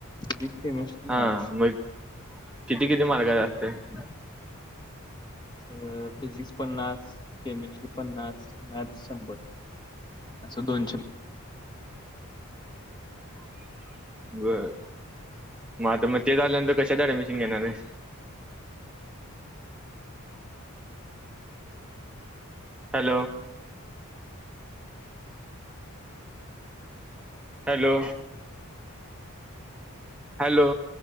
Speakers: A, on the left; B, in the centre.
A: फिजिक्स केमिस्ट्री
B: हा
A: मॅथ्स
B: मग किती किती मार्काच असतात?
A: अ फिजिक्स पन्नास केमिस्ट्री पन्नास मॅथ्स शंभर असं दोनशे
B: बरं. मग आ तर मग ते झाल्यानंतर कशात ऍडमिशन घेणार आहेस? हॅलो. हॅलो. हॅलो